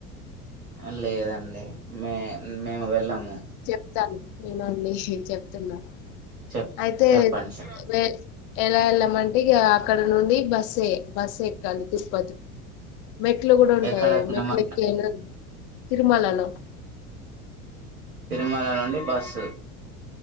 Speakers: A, on the right (about 90°); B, on the left (about 45°).
A: ఆ లేదండి మే మేము వెళ్ళము
B: చెప్తాను ఇనండి చెప్తున్నా
A: చెప్
B: అయితే
A: చెప్పండి సార్
B: వె ఎలా ఎళ్ళామంటే ఇగ అక్క డ నుండి బస్సే బస్సెక్కాలి తిరుపతి మెట్లు గుడా ఉంటాయ్
A: ఎక్కడ తిరుమల
B: మెట్లెక్కి అయినా తిరుమలలో
A: తిరమల నుండి బస్సు